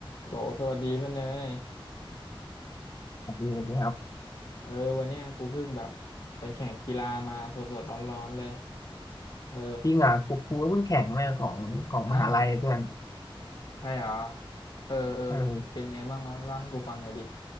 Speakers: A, on the left; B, on the left.
A: โหลสวัสดีเพื่อนเนย
B: สวัสดีสวัสดีครับ
A: เออวันเนี้ยกูเพิ่งแบบไปแข่งกีฬามาสดๆร้อนๆเลยเออ
B: จริงอ่ะกูกูก็เพิ่งแข่งมาของของมหาลัยเพื่อน
A: อ้าวใช่เหรอเออเออเป็นไงบ้างวะเล่าให้กูฟังหน่อยดิ
B: เออ